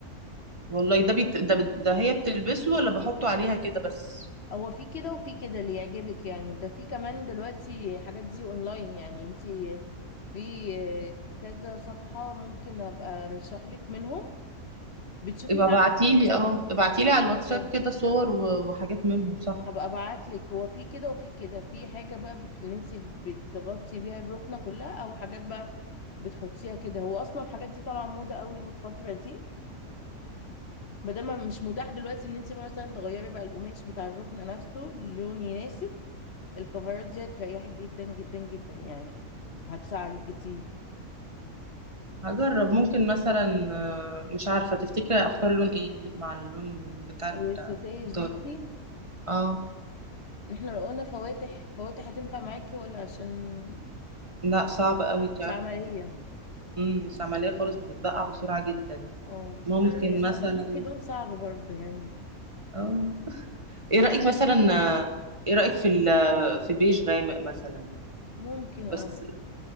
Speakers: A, on the right; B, on the left.
A: والله ده بيت... ده, ده هي بتلبسه ولا بحطه عليها كده بس
B: هو في كده وفي كده اللي يعجبك يعني ده في كمان دلوقتي حاجات دي اونلاين يعني انتي في آه، كذا صفحة ممكن ابقى ارشح لك منهم بتشوفي
A: يبقى
B: بقى
A: ابعتيلي
B: عندهم كل
A: اه
B: ال-
A: ابعتيلي على الواتساب
B: اه
A: كده صور و- وحاجات منهم صح
B: هبقى ابعت لك هو في كده وفي كده في حاجة بقى بت... اللي انتي بتغطي بيها الركنة كلها او حاجات بقى بتحطيها كده هو اصلا الحاجات دي طالعة موضة قوي الفترة دي ما دام مش متاح دلوقتي ان انت مثلا تغيري بقى القماش بتاع الركن نفسه لون يناسب الكفرات دي هتريحك جدا جدا جدا يعني هتساعدك كتير
A: هجرب ممكن مثلا آه، مش عارفة تفتكري اختار لون ايه مع اللون بتاع الدار
B: الستاير زيتي
A: اه
B: احنا لو قلنا فواتح فواتح هتنفع معاكي ولا عشان
A: لا صعب قوي انت
B: مش
A: عارفة
B: عملية
A: امم العملية خالص بتتبقع بسرعة جدا
B: اه بس
A: ممكن
B: هو ما
A: مثلا
B: هو الزيتي لون صعب برضو يعني
A: اه ايه رأيك مثلا آه، ايه رأيك في ال... في بيج غامق مثلا
B: ممكن اه
A: بس